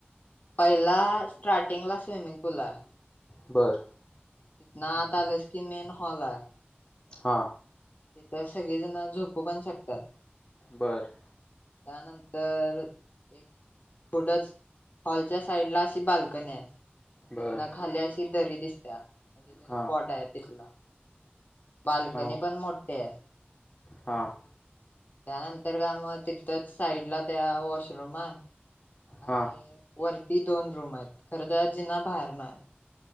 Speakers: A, on the left (about 45°); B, on the left (about 25°).
A: पहिला स्टार्टिंग ला स्विमिंग पूल हाय.
B: बरं.
A: इतना आतआलास की मेन हॉल हाय.
B: हा.
A: तिथ सगळे जण झोपू पण शकतात.
B: बरं.
A: त्यानंतर एक पुढंच हॉलच्या साइड ला अशी बाल्कनी हाय. तिथन
B: बर
A: खाली अशी दरी दिसत्या म्हणजे ते
B: हां
A: स्पॉट हाय तिथला. बाल्कनी
B: हां
A: पण मोठी हाय.
B: हां.
A: त्यानंतर का मग तिथंच साईडला त्या वॉशरूम हाय.
B: हां
A: आणि वरती दोन रूम आहेत. खरं तेला जिना बाहेरनं हाय.